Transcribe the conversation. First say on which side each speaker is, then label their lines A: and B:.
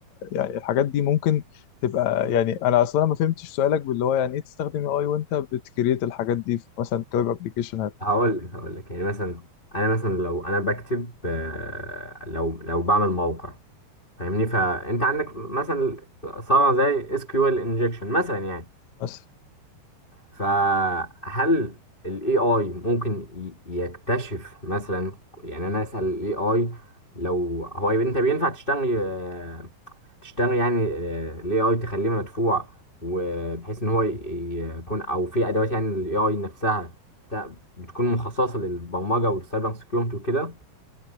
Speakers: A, on the left; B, on the left.
A: يعني الحاجات دي ممكن تبقى يعني انا اصلا ما فهمتش سؤالك باللي هو يعني ايه تستخدم اي اي وانت بتكريت الحاجات دي في مثلا كويب ابلكيشن هات
B: هقول لك هقول لك يعني مثلا أنا مثلا لو أنا بكتب آه، لو لو بعمل موقع فاهمني فأنت عندك مثلا ثغرة زي SQL injection مثلا يعني
A: بس
B: فهل ال AI ممكن ي- يكتشف مثلا يعني انا اسال ال AI لو هو يبقى انت بينفع تشتغل آه، تشتغل يعني آه، ال AI تخليه مدفوع وبحيث ان هو ي- يكون او في ادوات يعني ال AI نفسها بتاع- بتكون مخصصة للبرمجة والسايبر سكيورتي وكده